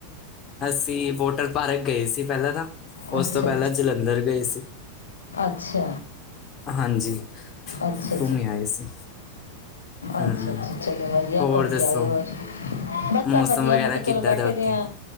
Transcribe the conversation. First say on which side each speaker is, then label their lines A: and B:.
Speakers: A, on the left (about 25°); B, on the left (about 70°).
A: ਅਸੀਂ ਵੋਟਰ ਪਾਰਕ ਗਏ ਸੀ ਪਹਿਲਾਂ ਤਾਂ। ਉਸ
B: ਅੱਛਾ
A: ਤੋਂ ਪਹਿਲਾਂ ਜਲੰਧਰ ਗਏ ਸੀ।
B: ਅੱਛਾ।
A: ਹਾਂਜੀ,
B: ਅੱਛਾ ਅੱਛਾ
A: ਘੁੰਮੇ ਆਏ ਸੀ। ਹੂੰ,
B: ਅੱਛਾ ਅੱਛਾ ਚਲੋ ਵਧੀਆ
A: ਹੋਰ
B: ਘੁੰਮ
A: ਦੱਸੋ?
B: ਕੇ ਆਏ ਹੋਰ ਬਸ
A: ਮੌਸਮ
B: ਸਭ ਵਧੀਆ
A: ਵਗੈਰਾ
B: ਮੈਂ ਕਿਹਾ
A: ਕਿੱਦਾਂ
B: ਚਲੋ ਬੈਠੇ
A: ਦਾ ਉੱਥੇ?
B: ਦੇ ਆ